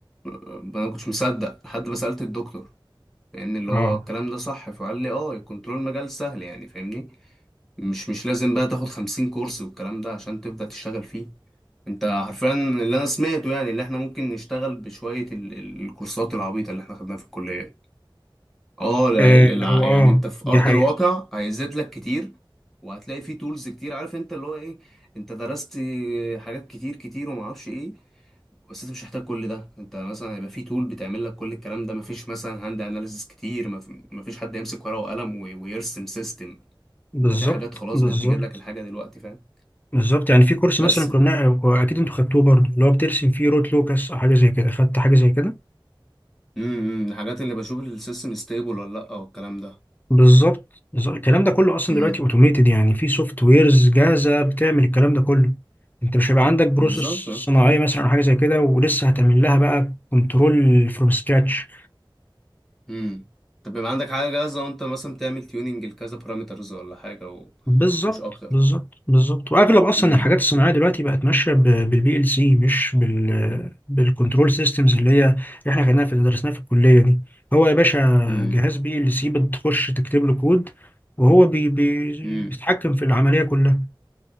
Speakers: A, in the centre; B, on the left (about 20°).
A: انا ما كنتش مصدق لحد ما سالت الدكتور لان اللي
B: اه
A: هو الكلام ده صح فقال لي اه الكنترول مجال سهل يعني فاهمني مش مش لازم بقى تاخد خمسين كورس والكلام ده عشان تبدأ تشتغل فيه انت حرفيا اللي انا سمعته يعني اللي احنا ممكن نشتغل بشوية ال- ال- الكورسات العبيطة اللي احنا خدناها في الكلية اه لا-
B: آه،
A: لا- لا،
B: هو
A: يعني
B: اه
A: انت في
B: دي
A: ارض
B: حقيقة
A: الواقع هيزيد لك كتير وهتلاقي فيه تولز كتير عارف انت اللي هو ايه انت درست حاجات كتير كتير وما اعرفش ايه بس انت مش محتاج كل ده انت مثلا هيبقى في تول بتعمل لك كل الكلام ده مفيش مثلا هاند اناليسيس كتير مف- مفيش حد يمسك ورقة وقلم وي- ويرسم سيستم
B: بالظبط
A: انت في حاجات خلاص
B: بالظبط
A: بقت تجيب لك الحاجه دلوقتي فاهم
B: بالظبط يعني في كورس
A: بس
B: مثلا كنا اكيد انتوا خدتوه برضه اللي هو بترسم فيه روت لوكس او حاجة زي كده خدت حاجة زي كده
A: امم الحاجات اللي بشوف السيستم ستيبل ولا لا والكلام ده
B: بالظبط بالظبط. الكلام ده كله اصلا
A: امم
B: دلوقتي اوتوميتد يعني في سوفت ويرز جاهزه بتعمل الكلام ده كله انت مش هيبقى عندك بروسيس
A: بالظبط اه.
B: صناعيه مثلا او حاجه زي كده ولسه هتعمل لها بقى كنترول فروم سكراتش
A: امم طب يبقى عندك حاجه جاهزه وانت مثلا تعمل تيوننج لكذا بارامترز ولا حاجه
B: بالظبط
A: ومش اكتر
B: بالظبط بالظبط واغلب اصلا
A: امم
B: الحاجات الصناعيه دلوقتي بقت ماشيه بالبي ال سي مش بال بالكنترول سيستمز اللي هي اللي احنا خدناها في درسناها في الكليه دي هو يا باشا
A: امم
B: جهاز بي ال سي بتخش تكتب له كود وهو بي بي-
A: امم
B: بيتحكم في العمليه كلها